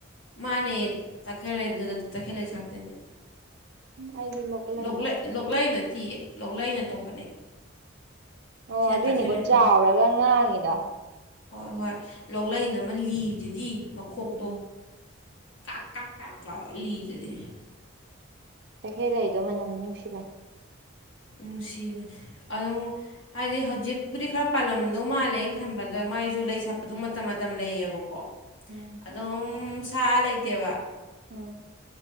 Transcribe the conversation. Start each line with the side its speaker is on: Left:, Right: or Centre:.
Left: ꯃꯥꯅꯦ ꯇꯛꯈꯦꯜꯂꯩ ꯗꯨꯗ ꯇꯈꯦꯜꯂꯩ ꯁꯥꯠꯇꯣꯏꯅꯦ
Right: ꯎꯝ ꯑꯩꯗꯤ ꯂꯣꯛ ꯂꯩꯔꯥ
Left: ꯂꯣꯛꯂꯩ
Right: ꯈꯟꯕ
Left: ꯂꯣꯛꯂꯩ ꯅꯠꯇꯤꯌꯦ ꯂꯣꯛꯂꯩꯅ ꯑꯇꯣꯞꯄꯅꯦ
Right: ꯑꯣ
Left: ꯁꯤꯅ
Right: ꯑꯗꯨꯏꯅꯤꯀꯣ
Left: ꯇꯈꯦꯜꯂꯩ
Right: ꯆꯥꯎꯔꯒ
Left: ꯃꯅꯧ
Right: ꯉꯥꯡꯉꯤꯗ
Left: ꯍꯣꯏ ꯍꯣꯏ ꯂꯣꯛꯂꯩꯟꯅ ꯑꯃ ꯂꯤꯗꯨꯗꯤ ꯃꯈꯣꯛꯇꯣ
Right: ꯎꯝ ꯎꯝ
Left: ꯀꯥꯛ ꯀꯥꯛ ꯀꯥꯛ ꯂꯥꯎꯔ ꯂꯤꯗꯨꯗꯤ
Right: ꯇꯈꯦꯜ ꯂꯩꯗꯣ ꯃꯅꯝꯗꯤ ꯅꯨꯡꯁꯤꯕꯅꯤ
Left: ꯎꯝ ꯅꯨꯡꯁꯤꯕꯅꯤ ꯑꯗꯣ ꯍꯥꯏꯗꯤ ꯍꯧꯖꯤꯛꯄꯨꯗꯤ ꯈꯔ ꯄꯥꯜꯂꯝꯗꯧ ꯃꯥꯜꯂꯦ ꯑꯩ ꯈꯟꯕꯗ ꯃꯥꯏꯁꯨ ꯂꯩ ꯁꯥꯠꯄꯗꯣ ꯃꯇꯝ ꯃꯇꯝ ꯂꯩꯌꯦꯕꯀꯣ
Right: ꯎꯝ
Left: ꯑꯗꯨꯝ ꯁꯥꯠꯂ ꯂꯩꯇꯦꯕ
Right: ꯎꯝ